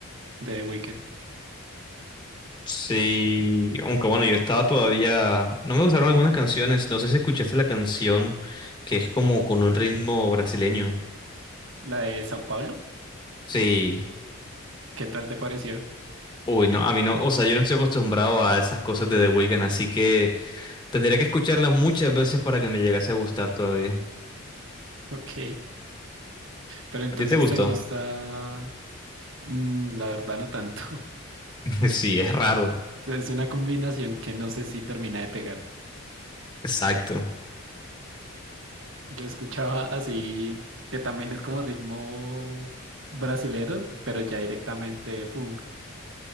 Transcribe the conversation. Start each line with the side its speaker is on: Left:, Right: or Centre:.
Right: de The Weeknd.
Left: Sí, aunque bueno, yo estaba todavía, no me gustaron algunas canciones, no sé si escuchaste la canción que es como con un ritmo brasileño.
Right: La de Sao Paulo.
Left: Sí,
Right: ¿Qué tal te pareció? <laughs>
Left: uy, no, a mí no, o sea, yo no estoy acostumbrado a esas cosas de The Weeknd, así que tendría que escucharlas muchas veces para que me llegase a gustar todavía.
Right: Ok, pero entonces
Left: ¿A ti te gustó?
Right: te gusta... Mm, la verdad no tanto. <laughs>
Left: <laughs> Sí, es raro,
Right: Es una combinación que no sé si termina de pegar.
Left: exacto.
Right: Yo escuchaba así, que también es como ritmo brasilero, pero ya directamente funk.